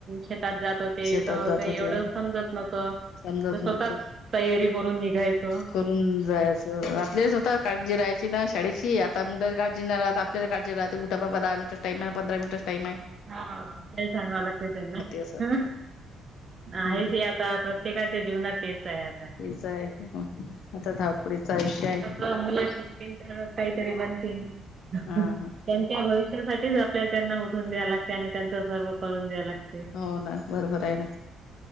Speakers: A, on the right (about 30°); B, on the left (about 70°).
A: शेतात जात होते
B: शेतात
A: तवा
B: जात
A: काय
B: होते
A: एवढं समजत नत
B: समजत
A: त -स्वतःच
B: नव्हतं
A: तयारी करून निघायचं.
B: करून जायचं आपल्या स्वतःला काळजी राह्याची ना शाळेची आता मुला काळजी नाय राहत आपल्याला काळजी राहते उठा बाबा दहा मिनंट ताई मला पंधरा मिनिटं टाइम हाय.
A: हा ते सांगावं लागतय त्यांना
B: असं हम्म
A: नाय ते आता प्रत्येकाच्या जीवनात तेच आहे आता.
B: तेच हाय आता धावपडीचं आयुष्य हाय.
A: चांगल शिकतील तर कायतरी बनतील त्यानं
B: हा हा
A: त्या भविष्यासाठीच आपल्याला त्यांना उठून द्या लागते आणि त्यांच सर्व करून द्याय लागते.
B: हो ना बरोबर हाय ना